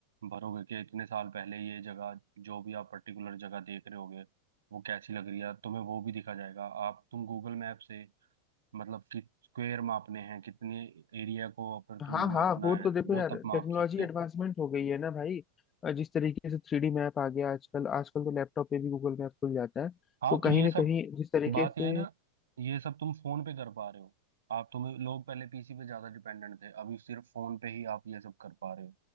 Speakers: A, on the right; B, on the left.
A: भरोगे कि इतने साल पहले ये जगह जो भी आप पर्टिकुलर जगह देख रहे होगे वो कैसी लग रही है तुम्हें वो भी दिखा जाएगा आप तुम गूगल मैप से मतलब कि स्क्वायर मापने हैं कितने एरिया को पर
B: हाँ
A: तुमने मापना
B: हाँ वो
A: है
B: तो देखो
A: वो
B: यार
A: तब माप
B: टेक्नोलॉजी
A: सकते हैं
B: एडवांसमेंट हो गई है ना भाई अ, जिस तरीके से थ्री डी मैप आ गया आजकल आजकल तो लैपटॉप पे भी गूगल मैप खुल जाता है तो
A: हाँ तो
B: कहीं
A: ये
B: ना
A: सब
B: कहीं जिस तरीके
A: बात
B: से
A: ये है ना ये सब तुम फोन पे कर पा रहे हो आप तुम्हें लोग पहले पीसी पे ज्यादा डिपेंडेंट थे अभी सिर्फ फोन पे ही आप ये सब कर पा रहे हो